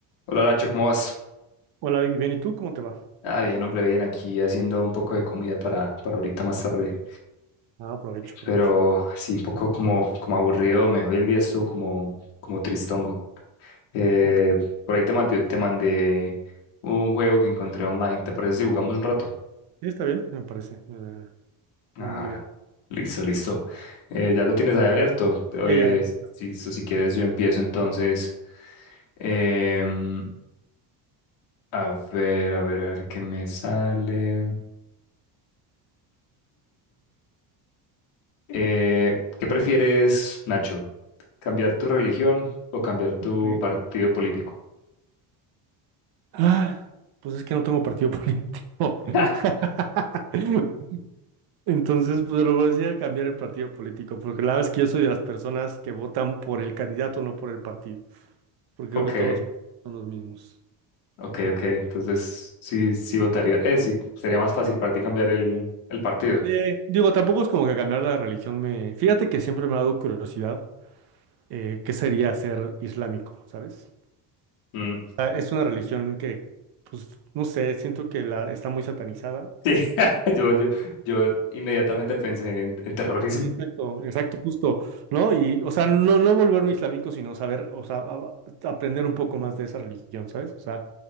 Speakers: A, on the left; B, on the right.
A: Hola Nacho, ¿cómo vas?
B: Hola Vicky, bien, ¿y tú cómo te va?
A: Ah, bien, hombre, bien, aquí haciendo un poco de comida para, para ahorita más tarde.
B: Ah, aprovecho, aprovecho.
A: Pero sí, un poco como, como aburrido, me hoy el día estuvo como, como tristongo. Eh,
B: Ok,
A: por ahí te mandé, te mandé un juego que encontré online. ¿Te parece si jugamos un rato?
B: sí, está bien, me parece, me da
A: Ah,
B: idea.
A: listo, listo. Eh, ya lo tienes ahí abierto. Eh,
B: Sí, ya, ya, aquí está.
A: si, si quieres, yo empiezo entonces. Em, a ver, a ver, a ver qué me sale. Eh, ¿qué prefieres, Nacho? ¿Cambiar tu religión o cambiar tu
B: Ok.
A: partido político?
B: Ah, pues es que no tengo partido político. <laughs>
A: <laughs>
B: Entonces, pues lo voy a decir a cambiar el partido político, porque la verdad es que yo soy de las personas que votan por el candidato, no por el partido, porque creo
A: Ok,
B: que todos son los mismos.
A: ok, ok. Entonces, sí, sí votaría. Eh, sí, sería más fácil para ti cambiar el, el partido.
B: Eh, digo, tampoco es como que cambiar la religión me... Fíjate que siempre me ha dado curiosidad, eh, ¿qué sería ser islámico, ¿sabes?
A: Mm,
B: sea, es una religión que, pues, no sé, siento que la está muy satanizada.
A: Sí, <laughs> yo, yo, yo inmediatamente pensé en, en terrorismo.
B: Sí,
A: <laughs>
B: Exacto, exacto, justo, ¿no? Y, o sea, no, no volverme islámico, sino saber, o sea, a- a- aprender un poco más de esa religión, ¿sabes? O sea,